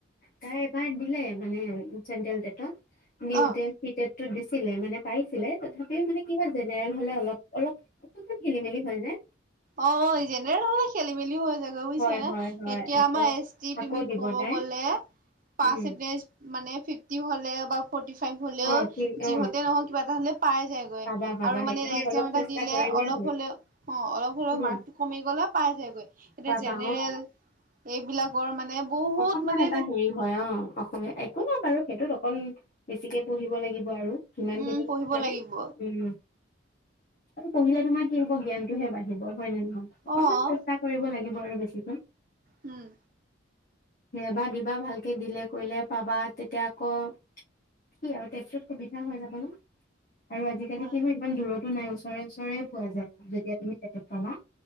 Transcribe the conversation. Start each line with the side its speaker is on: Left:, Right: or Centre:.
Left: তাই এবাৰ দিলে মানে চেণ্ট্ৰেল টেটত দিওঁতে
Right: অ
Left: সেই টেটোত দিছিলে মানে পাইছিলে তথাপিও মানে কি হয় জেনেৰেল হ'লে অলপ, অলপ অলপমান খেলি মেলি হয় যে।
Right: অ', জেনেৰেল হ'লে খেলি মেলিও হৈ যাগে বুজিছা
Left: হয়
Right: নে।
Left: হয় হয়
Right: এতিয়া
Left: আকৌ
Right: আমাৰ এচ টি
Left: আকৌ
Right: তুমি
Left: দিব
Right: ক'ব
Left: তাই
Right: গ'লে পাচেণ্ট
Left: উম
Right: মানে ফিৰ্ফটি হ'লে বা ফৰটি ফাইভ হ'লেও
Left: অ কি অ
Right: যিহতে নহওঁক কিবা এটা হ'লে পাই যাইগৈ
Left: পাবা পাবা
Right: আৰু
Left: সেইকাৰণে
Right: মানে ৰেঙ
Left: অলপ
Right: চেঙ এটা
Left: চেষ্টা
Right: দিলেও
Left: কৰিলেই
Right: অলপ হ'লেও
Left: হ'ল
Right: মাৰ্কটো
Left: অ
Right: কমি গ'লে পাই যায়গৈ এতিয়া
Left: পাবা
Right: জেনেৰেল
Left: অ
Right: এইবিলাকৰ মানে বহুত
Left: অকনমান
Right: মানে
Left: এটা হেৰি হয় অ'। অসমীয়া একো নাই বাৰু সেইটোত অকন বেছিকে পঢ়িব লাগিব আৰু। সিমান
Right: উম,
Left: খিনি
Right: পঢ়িব
Left: মানে
Right: লাগিব
Left: উম। আৰু পঢ়িলে তোমাৰ কি হ'ব জ্ঞানটোহে বাঢ়িব হয় নে ন অকনমান
Right: অ',
Left: চেষ্টা কৰিব লাগিব আৰু বেছিকৈ।
Right: উম।
Left: এবাৰ দিবা ভালকে দিলে কৰিলে পাবা তেতিয়া আকৌ কি আৰু টেটোত সুবিধা হৈ যাব ন আৰু আজিকালি
Right: উম,
Left: কি হয় ইমান দূৰতো নাই ওচৰে ওচৰেও পোৱা যায় যেতিয়া তুমি টেটত পাবা।